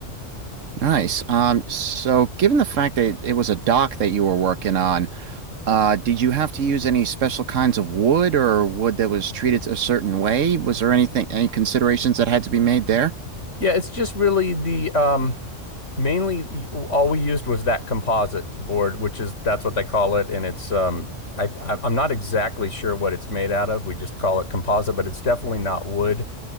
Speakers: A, on the right; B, on the left.
A: Nice. Um, so given the fact that it was a dock that you were working on, uh, did you have to use any special kinds of wood or wood that was treated a certain way? Was there anything, any considerations that had to be made there?
B: Yeah, it's just really the um mainly all we used was that composite board, which is that's what they call it, and it's um I I- I'm not exactly sure what it's made out of. We just call it composite, but it's definitely not wood